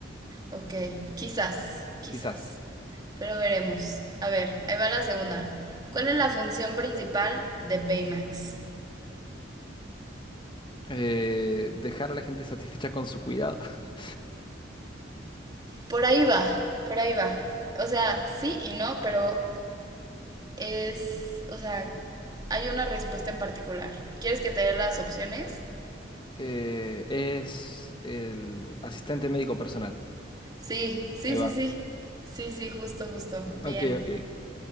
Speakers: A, on the right; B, on the left.
A: Ok. Quizás, quizás.
B: Quizás.
A: Pero veremos. A ver, ahí va la segunda. ¿Cuál es la función principal de Baymax?
B: Eh, dejar a la gente satisfecha con su cuidado. <laughs>
A: Por ahí va, por ahí va. O sea, sí y no, pero es, o sea, hay una respuesta en particular. ¿Quieres que te dé las opciones?
B: Eh, es el asistente médico personal.
A: Sí, sí,
B: Ahí va.
A: sí, sí. Sí, sí, justo, justo.
B: Ok,
A: Bien.
B: ok,